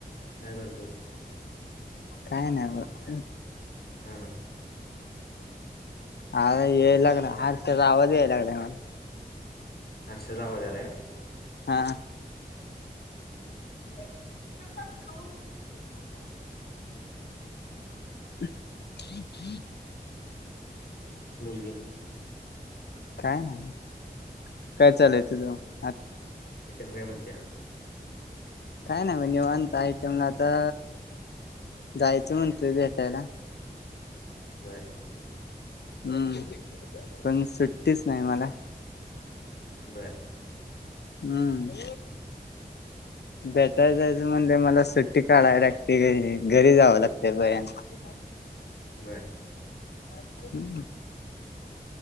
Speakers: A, on the left; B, on the left.
A: काय करतोस?
B: काय नाही ब. उं
A: हं
B: आर ये लागलं हार्स आवाज याय लागलाय मला.
A: हर्ष्या चा आवाज याला काय?
B: हां
A: <unintelligible>
B: <inaudible>
A: बोल के.
B: काय नाय. काय चालय तुझ? आत
A: एटम काय म्हणत्या?
B: काय ना ब निवांत आयटमला आता जायचं म्हणतो भेट त्याला
A: <unintelligible> बरं
B: हम्म, पण सुट्टीस् नाही मला.
A: बरं
B: हम्म, बेटर जायचं म्हणजे मला स् सुट्टी काढावी लागते घरी, घरी जावं लागते <unintelligible>
A: <unintelligible>
B: <unintelligible>